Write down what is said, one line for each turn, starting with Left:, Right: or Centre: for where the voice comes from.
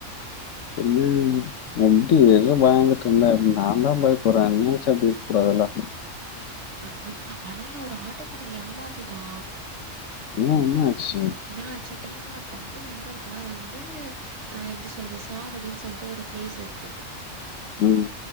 Left: சொல்லு எப்டி இதுலா பயந்துட்ருந்தா நா தா பயப்புற நீயாச்சு அப்டி இருக்கூடாதுல
Right: ஆஹா ஆனா என்ன ஒரு ஆட்டோக்கார ஏமாத்திட்டா
Left: ஏ என்னாச்சு
Right: என்னாச்சு டி மார்ட்லேந்து எங்கருக்குனா வந்து அ எப்டி சொல்றது சாவடின் சொல்லிட்டு ஒரு பிளேஸ் இருக்கு
Left: ம்